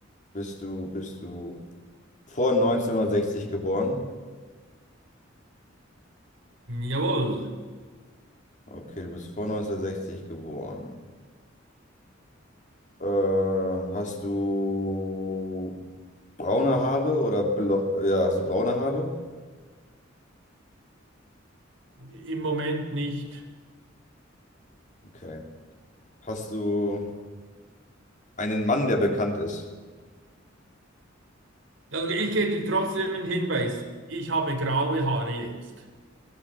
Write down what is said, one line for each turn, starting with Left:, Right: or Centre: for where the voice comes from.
Left: bist du, bist du vor neunzehnhundertsechzig geboren?
Right: jawohl.
Left: Okay, du bist vor 1960 geboren. Ähm, hast du braune Haare oder blo ja, hast du braune Haare?
Right: Im Moment nicht.
Left: Okay. Hast du einen Mann, der bekannt ist?
Right: Also ich gebe dir trotzdem einen Hinweis. Ich habe graue Haare jetzt.